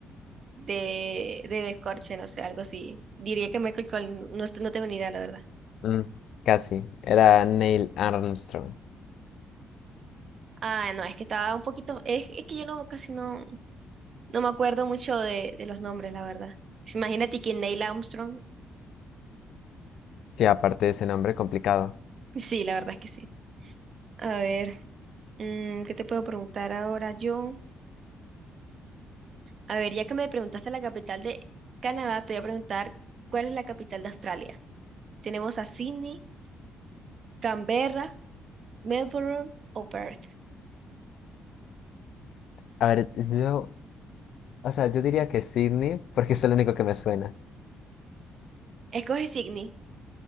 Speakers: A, on the right; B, on the left.
A: de, de descorche, no sé, algo así. Diría que Michael Collins, no, est- no tengo ni idea, la verdad.
B: Mm, casi, era Neil Armstrong.
A: Ah, no, es que estaba un poquito, es, es que yo no, casi no, no me acuerdo mucho de, de los nombres, la verdad. Imagínate que Neil Armstrong,
B: Sí, aparte de ese nombre complicado.
A: <laughs> sí, la verdad es que sí. A ver, mm, ¿qué te puedo preguntar ahora yo? A ver, ya que me preguntaste la capital de Canadá, te voy a preguntar cuál es la capital de Australia. Tenemos a Sydney, Canberra, Melbourne o Perth.
B: A ver, yo, o sea, yo diría que Sydney, porque es el único que me suena.
A: Escoge Sydney.